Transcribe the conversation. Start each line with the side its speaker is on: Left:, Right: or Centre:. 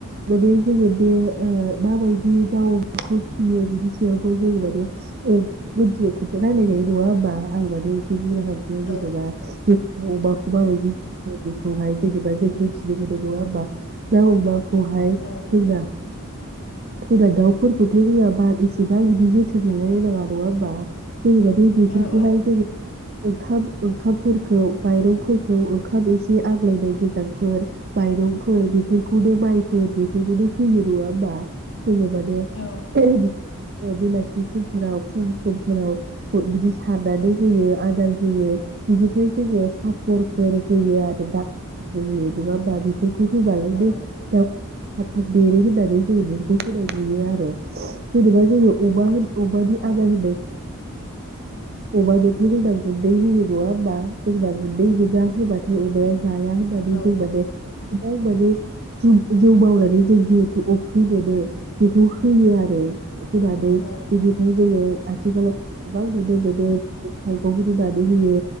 Right: माने जोङो बे ओ माबायदि दाउखौ फिसियो बिनि सायावबो जोङो माने मोनथिनो खोथा रायलायनाय नङा होमबा आं माने <unintelligible> जेनेबा
Left: औ
Right: अमाखौ
Left: औ
Right: माबायदि फियो बे खौहाय जेनेबा जों मिथिनो नङा होमबा दा अमा खौहाय
Left: औ
Right: जोंना जोंना दाउफोरखौथ' जोंहा बा एसेबां बिदि जोथोन लालायलायनाङा नङा होमबा। जेरैबायदि बेफोरखौहाय
Left: औ औ
Right: जोङो ओंखाम ओंखामफोरखौ माइरंफोरखौ ओंखाम एसे जि आग्लायनाय गोजांफोर माइरंफोर बेफोरखौनो माइफोर बेफोरखौनो होयो नङा होमबा
Left: औ
Right: <inaudible> ओ बेलासि समफोराव फुं समफोराव बिदि सारनानै होयो आदार होयो बिनिफ्राय जोङो सा हरफोर होयो आरो। <unintelligible> बेखौ होबालाय
Left: औ
Right: दे दाउ थाब थाब देरो होननानै जोङो बेफोरखौ होनाय जायो आरो जेनेबा जोङो अमा अमानि
Left: औ
Right: आदार होनायखौ <unintelligible> अमाजोंथ जोंना गुन्दै होयो नङा होमबा जोंना गुन्दै गोजा होबाथाय अमाया जाया होननानै
Left: औ
Right: जों माने गोबां माने जे जौ मावनानै जों जिहेथु अफ्रि मोनो बेखौ होयो आरो होनानै
Left: औ
Right: बिनिफ्राय जोङो आथिखालाव गोबां नुनो मोनो थाइगं रुनानै होयो